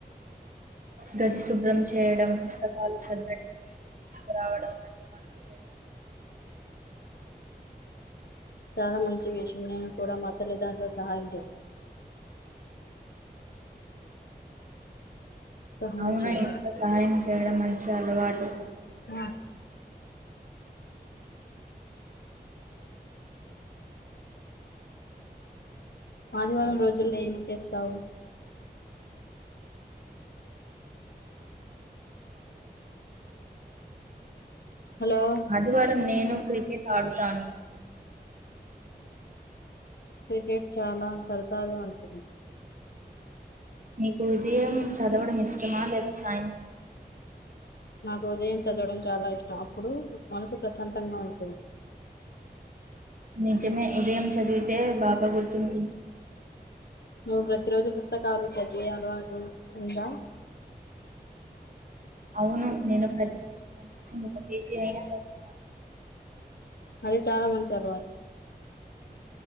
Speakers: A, on the right; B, on the left.
A: గది శుభ్రం చేయడం, పుస్తకాలు సర్దడం, నీళ్లు తీసుకురావడం వంటి పనులు చేస్తాను.
B: చాలా మంచి విషయం నేను కూడా మా తల్లిదండ్రులు సహాయం చేస్తాను. సహాయం
A: అవునా
B: చేయాలి
A: ఇంట్లో సహాయం చేయడం మంచి లవాటు
B: ఆ ఆదివారం రోజుల్లో ఏమి చేస్తావు హలో
A: ఆదివారం నేను క్రికెట్ ఆడుతాను
B: క్రికెట్ చాలా సరదాగా ఉంటుంది
A: నీకు ఉదయం చదవడం ఇష్టమా లేదా సాయంత్రం
B: నాకు ఉదయం చదవడం చాలా ఇష్టం అప్పుడు మనసు ప్రశాంతంగా ఉంటుంది
A: నిజమే ఉదయం చదివితే బాగా గుర్తుంటుంది
B: నువ్వు ప్రతిరోజు పుస్తకాలు చదివే అలవాటు ఉన్ ఉందా
A: అవును నేను ప్రజ నుంచి కనీసం ఒక పేజీ అయినా చదువుతాను
B: అది చాలా మంచి అలవాటు